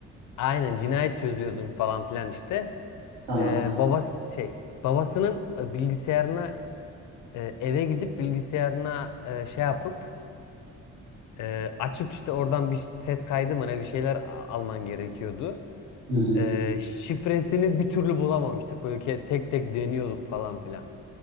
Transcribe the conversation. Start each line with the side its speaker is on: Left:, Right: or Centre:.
Left: Aynen cinayet çözüyordun falan filan işte.
Right: tamam.
Left: E, babası şey Babasının e, bilgisayarına e, eve gidip bilgisayarına e, şey yapıp e, açıp işte oradan bir ses kaydı mı ne bir şeyler a- alman gerekiyordu.
Right: Hı hı.
Left: E, şifresini bir türlü bulamamıştık. Böyle ke- tek tek deniyorduk falan filan.